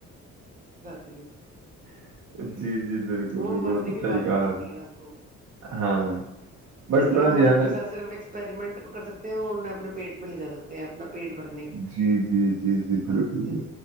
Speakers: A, on the right; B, on the right.
A: تی ہیں
B: <unintelligible> بالکل
A: وہ
B: بالکل
A: مرنے
B: تو
A: کے
B: صحیح
A: بعد
B: کہا
A: ہی ملتی ہیں آپ کو
B: ہاں بٹ
A: اس
B: تھوڑا
A: لیے ہم
B: دھیان
A: ان
B: رکھ
A: کے ساتھ صرف ایکسپریمنٹ کر سکتے ہیں اورہیں اپنے پیٹ میں لے جا سکتے ہیں اپنا پیٹ بھر
B: جی جی جی جی بالکل
A: ہیں